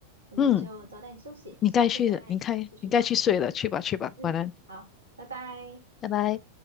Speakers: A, on the right (about 75°); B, on the left (about 25°).
A: 我们就早点休息，
B: 嗯，你该去的，
A: 下次再
B: 你看你该去睡了，
A: 继续聊。
B: 去吧去吧，
A: 嗯，
B: 晚安。
A: 好，拜拜。
B: 拜拜。